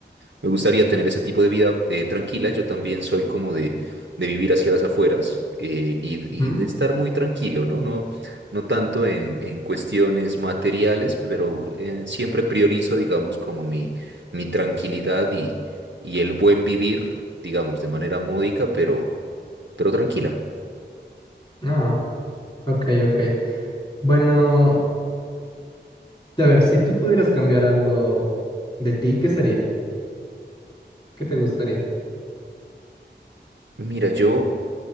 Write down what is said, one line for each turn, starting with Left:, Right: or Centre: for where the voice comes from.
Right: Me gustaría tener ese tipo de vida eh, tranquila. Yo también soy como de, de vivir hacia las afueras eh, y, y
Left: ujú.
Right: de estar muy tranquilo, ¿no? No, no tanto en, en cuestiones materiales, pero eh, siempre priorizo, digamos, como mi, mi tranquilidad y, y el buen vivir, digamos, de manera módica, pero, pero tranquila.
Left: Ah, ok, ok. Bueno, a ver, si tú pudieras cambiar algo de ti, ¿qué sería? ¿Qué te gustaría?
Right: Mira, yo